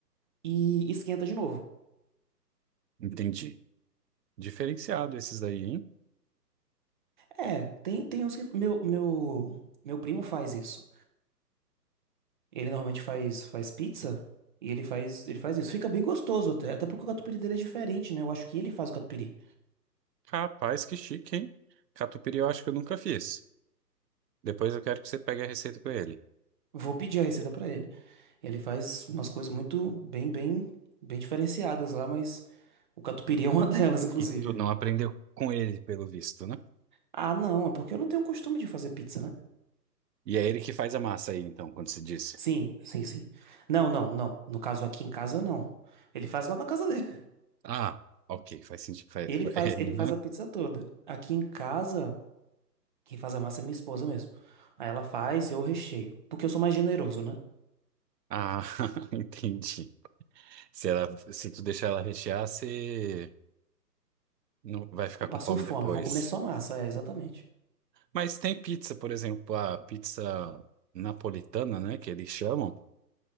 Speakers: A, on the right; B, on the right.
A: e esquenta de novo.
B: Entendi. Diferenciado esses daí, hein?
A: É, tem, tem uns que. Meu, meu, meu primo faz isso. Ele normalmente faz, faz pizza e ele faz, ele faz isso. Fica bem gostoso até, até porque o catupiry dele é diferente, né? Eu acho que ele faz o catupiry.
B: Rapaz, que chique, hein? Catupiry eu acho que eu nunca fiz. Depois eu quero que você pegue a receita com ele.
A: Vou pedir a receita pra ele. Ele faz umas coisas muito bem, bem, bem diferenciadas lá, mas o catupiry é uma <laughs> delas, inclusive.
B: E tu não aprendeu com ele, pelo visto, né?
A: Ah, não, é porque eu não tenho costume de fazer pizza, né?
B: E é ele que faz a massa aí, então, quando você disse.
A: Sim, sim, sim. Não, não, não. No caso aqui em casa não. Ele faz lá na casa dele. <laughs>
B: Ah, ok, faz sentido. faz-
A: Ele
B: fa-
A: faz,
B: <laughs> é, uhum.
A: ele faz a pizza toda. Aqui em casa, quem faz a massa é minha esposa mesmo. Aí ela faz e eu recheio, porque eu sou mais generoso, né?
B: Ah, <laughs> entendi. Se ela, se tu deixar ela rechear, você não vai ficar
A: Eu
B: com
A: passo
B: fome
A: fome,
B: depois.
A: eu vou comer só massa, é exatamente.
B: Mas tem pizza, por exemplo, a pizza napolitana, né, que eles chamam.